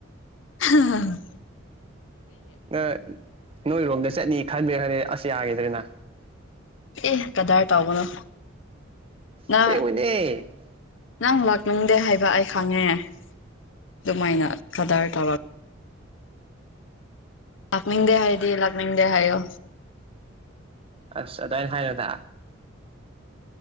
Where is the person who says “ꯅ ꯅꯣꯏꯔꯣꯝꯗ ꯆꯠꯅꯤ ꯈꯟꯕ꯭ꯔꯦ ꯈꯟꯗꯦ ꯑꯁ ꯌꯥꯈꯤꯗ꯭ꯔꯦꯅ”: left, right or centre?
Right